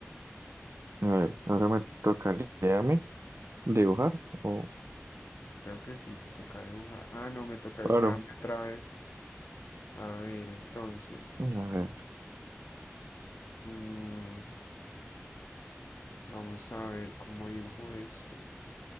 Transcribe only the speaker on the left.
Creo que sí, te toca dibujar. Ah, no, me toca dibujar
a mí otra vez. A ver, entonces.
mm, Vamos a ver cómo dibujo esto.